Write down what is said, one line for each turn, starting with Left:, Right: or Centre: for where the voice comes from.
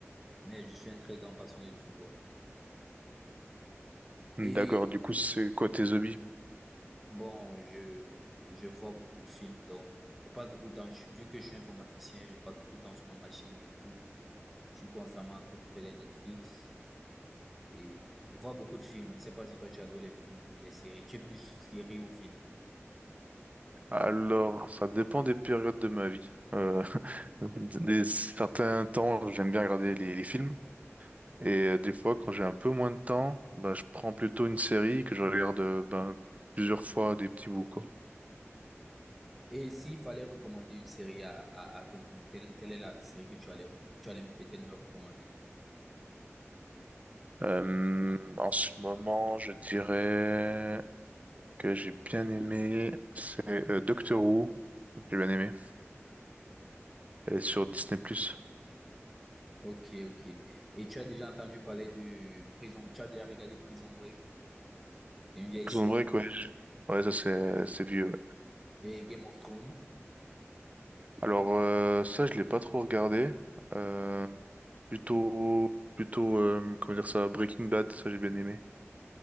Centre: mais je suis un très grand passionné du football. Et
Right: D'accord, du coup, c'est quoi tes hobbies?
Centre: Bon, je, je vois beaucoup de films, donc je passe beaucoup de temps, je- vu que je suis informaticien, je passe beaucoup de temps sur ma machine, du coup, je suis constamment en train de faire les Netflix et je vois beaucoup de films. Je ne sais pas si toi tu adores les films ou les séries, tu es plus série ou film.
Right: Alors, ça dépend des périodes de ma vie. Euh, <laughs> des certains temps, j'aime bien regarder les, les films. Et euh, des fois, quand j'ai un peu moins de temps, bah, je prends plutôt une série que je regarde euh, ben, plusieurs fois des petits bouts, quoi.
Centre: Et s'il fallait recommander une série à, à, à quelqu'un, quelle, quelle est la série que tu allais, re- tu allais me- peut-être me recommander?
Right: Euh, en ce moment, je dirais que j'ai bien aimé, c'est euh, Doctor Who. J'ai bien aimé. Et sur Disney+. Prison
Centre: Ok, ok. Et tu as déjà entendu parler de Prison, tu as déjà regardé Prison Break, c'est une vieille série,
Right: Break, ouais. Ouais, ça, c'est c'est vieux.
Centre: et Game of Thrones.
Right: Alors euh, ça, je l'ai pas trop regardé. Euh, plutôt, plutôt, euh, comment dire ça, Breaking Bad, ça j'ai bien aimé.